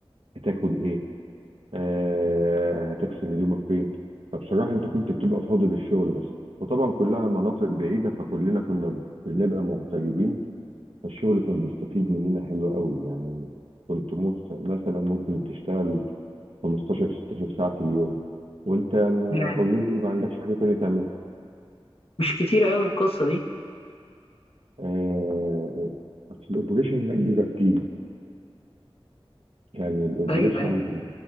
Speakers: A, on the right; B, on the left.
A: هتاكل ايه آه، هتغسل هدومك فين فبصراحة انت كنت بتبقى فاضي للشغل بس وطبعا كلها مناطق بعيدة فكلنا كنا بنبقى مغتربين فالشغل كان بيستفيد مننا حلو قوي يعني كنت موس- مثلا ممكن تشتغل 15 16 ساعة في اليوم وانت اوريدي
B: يعني
A: ما already ما عندكش حاجة تانية تعملها
B: مش كتير قوي القصه دي
A: آه، بس الاوبريشن هناك بيبقى كتير يعني الاوبريشن
B: ايوه ايوه